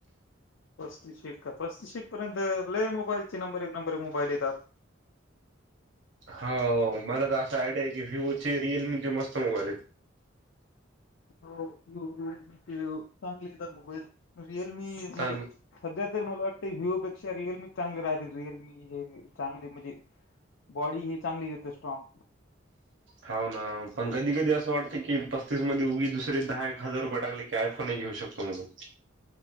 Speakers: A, on the left; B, on the right.
A: पस्तीसशे का पस्तीसशे पर्यंत लय मोबाईलचे नंबर एक नंबर एक मोबाईल येतात.
B: हो, मला तर असा आयडिया आहे, की विवो रिअलमीचे मस्त मोबाईल आहेत.
A: <unintelligible>
B: पण
A: सध्या तरी मला वाटतं, विवोपेक्षा रिअलमी चांगली राहतील. रिअलमी, रिअलमी हे चांगले म्हणजे बॉडी हे चांगली येते स्ट्रॉंग.
B: हाव ना पण कधी कधी असं वाटतं की पस्तीस मध्ये उगीच दुसरे दहा - एक हजार रुपये टाकले की आय फोनही घेऊ शकतो मग,